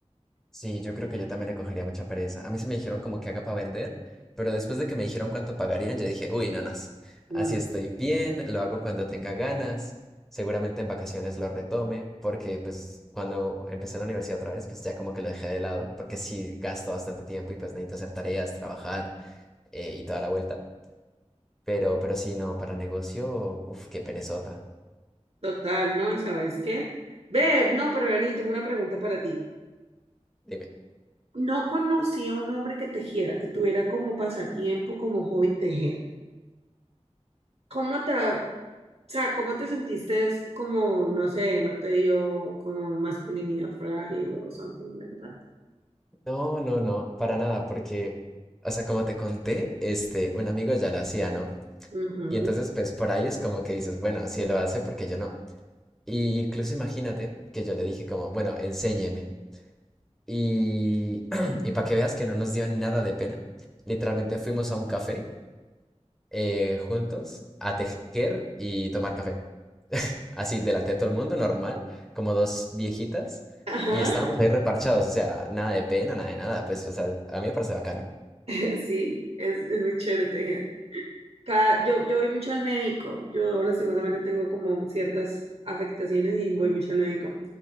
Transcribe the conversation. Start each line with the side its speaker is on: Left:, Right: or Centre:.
Centre: Sí, yo creo que yo también le cogería mucha pereza. A mí se me dijeron como que haga para vender, pero después de que me dijeron cuánto pagarían, yo dije, uy, nanas,
Right: Mm.
Centre: así estoy bien, lo hago cuando tenga ganas, seguramente en vacaciones lo retome, porque pues cuando empecé en la universidad otra vez, pues ya como que lo dejé de lado, porque sí gasto bastante tiempo y pues necesito hacer tareas, trabajar eh, y toda la vuelta. Pero, pero sí, no, para negocio, uff qué perezota.
Right: Total, ¿no? ¿Y sabes qué? Beb, no, pero vení, tengo una pregunta para ti.
Centre: Dime.
Right: No conocía a un hombre que tejiera, que tuviera como pasatiempo, como hobby tejer. ¿Cómo te, o sea, cómo te sentiste es como, no sé, no te dio como masculinidad frágil o something like that?
Centre: No, no, no, para nada, porque, o sea, como te conté, este, un amigo ya lo hacía, ¿no?
Right: Ujú.
Centre: Y entonces, pues por ahí es como que dices, bueno, si él lo hace, ¿por qué yo no? Y incluso imagínate que yo le dije como, bueno, enséñeme. Y, <clears throat> y para que veas que no nos dio nada de pena, literalmente fuimos a un café eh, juntos a tejer y tomar café. Así, delante de todo el mundo, normal, como dos viejitas.
Right: Ajá,
Centre: Y estábamos ahí reparchados, o sea, nada de pena, nada de nada, pues, o sea, a mí me parece bacano.
Right: <laughs> sí, es, es muy chévere tejer. Cada, yo, yo voy mucho al médico, yo lastimosamente tengo como ciertas afectaciones y voy mucho al médico.